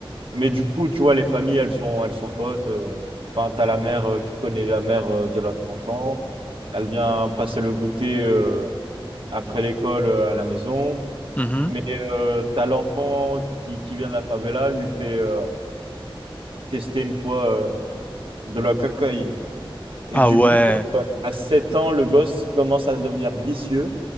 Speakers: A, on the right; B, on the left.
A: Mais du coup, tu vois, les familles, elles sont, elles sont potes. euh. Enfin, t'as la mère euh, qui connaît la mère euh, de l'autre enfant. Elle vient passer le goûter euh, après l'école euh, à la maison.
B: mhm.
A: Mais euh, t'as l'enfant qui, qui vient de la favela, elle lui fait euh, tester une fois euh, de la cocaïne. Et
B: Ah
A: du
B: ouais,
A: coup, ouais, à 7 ans, le gosse commence à devenir vicieux.